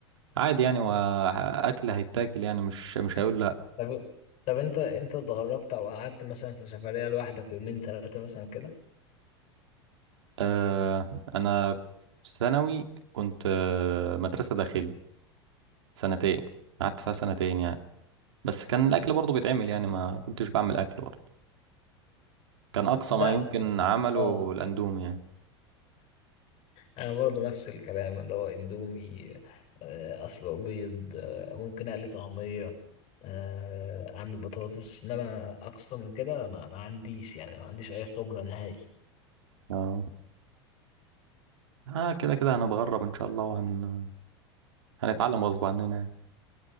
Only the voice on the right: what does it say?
عادي يعني واكل هيتاكل يعني مش مش هيقول
آه انا في ثانوي كنت آه مدرسه داخلي سنتين قعدت فيها سنتين يعني بس كان الاكل برضو بيتعمل يعني ما كنتش بعمل اكل برضو كان اقصى
ما يمكن عمله
الاندومي يعني
اه آه، كده كده هنتغرب ان شاء الله وهن هنتعلم غصب عننا يعني